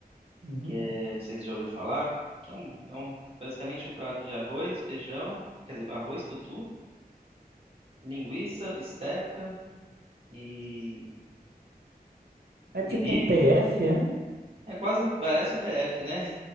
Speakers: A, on the right (about 80°); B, on the right (about 35°).
A: Uhum.
B: que é, não sei se já ouviu falar, que é um, é um- basicamente um prato de arroz, feijão, quer dizer, arroz, tutu, linguiça, bisteca e,
A: É tipo
B: e bife.
A: um PF, é?
B: É quase um, parece um PF, né?